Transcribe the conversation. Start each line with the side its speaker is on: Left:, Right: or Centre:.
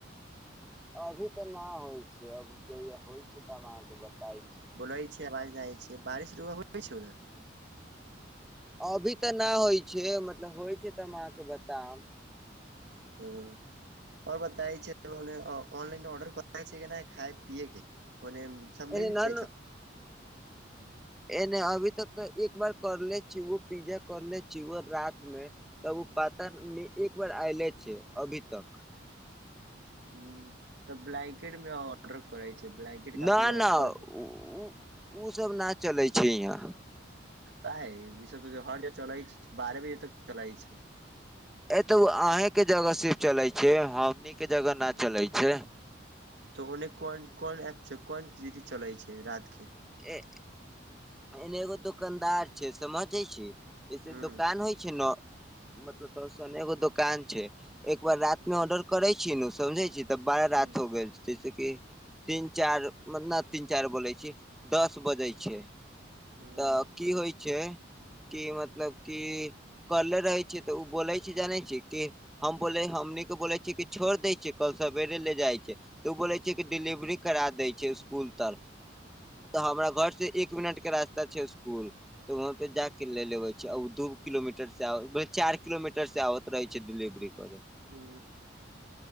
Centre: अभी तऽ ना होइ छै अब जहिया होइ छै तब हम अहाँके बताय छी
Right: बोलै छै आवाज न जाइ छै बारिश रऊआ होइ छै उधर
Centre: अभी तऽ ना होइ छै मतलब होइ छै तऽ हम अहाँके बताब
Right: हँ आओर बताय छै ऑनलाइन ऑर्डर करे छै कि नय खाय पिये के ओने सब
Centre: एने
Right: मिल
Centre: न
Right: <inaudible>
Centre: न एने अभी तक तऽ एक बार करले छी उ पिज्जा करले छी व रात मे त उ पात मे एक बार आयले छै अभी तक
Right: हँ तऽ ब्लैंकेट में ऑर्डर करे छै ब्लैंकेट काफी
Centre: न
Right: ऑफर
Centre: न उ उ सब ना चले छै यहां
Right: काहे ई सब त हरज चलै छै बारह बजे तक चलै छै
Centre: ए तऽ ओ अहें के जगह सिर्फ चले छै हमनी के जगह
Right: हुं
Centre: न चले छै
Right: तऽ ओन्ने कोन कोन ऐप छै कोन जीडी चलै छै रात के
Centre: ए एने एगो दोकनदार छै समझे छी जैसे
Right: हूँ
Centre: दोकान होइ छै न मतलब तसनेगो दोकान छै एक बार रात में ऑर्डर करय छी नु समझे छी तऽ बारा
Right: हूँ
Centre: रात हो गेल जैसे कि तीन चार न तीन चार बोलै छी दस बजै छै
Right: हूँ
Centre: अ की होइ छै कि मतलब कि करले रहै छि तऽ उ बोलै छै जानै छै कि हम बोले हमनीके बोले छीयै कि छोड़ देै छियइ कल सवेरे ले जाइ छै तऽ उ बोलै छै कि डिलेवरी करा दै छै इसकुल तक तऽ हमरा घर से एक मिनट के रास्ता छै स्कुल तऽ वहाँ पे जा के ले लेबे छै दू किलोमीटर से आउ चार किलोमीटर से आत त रहै छै डिलिवरी करै
Right: हँ